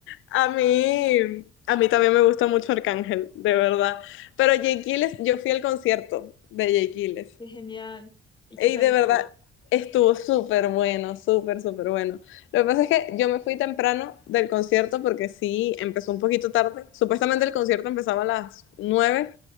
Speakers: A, on the left (about 80°); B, on the left (about 20°).
A: A mí, a mí también me gusta mucho Arcángel, de verdad. Pero Jay Giles, yo fui al concierto de Jay Giles
B: Qué genial. ¿Y
A: y
B: qué tal
A: de
B: estuvo?
A: verdad estuvo súper bueno, súper, súper bueno. Lo que pasa es que yo me fui temprano del concierto porque sí, empezó un poquito tarde. Supuestamente el concierto empezaba a las 9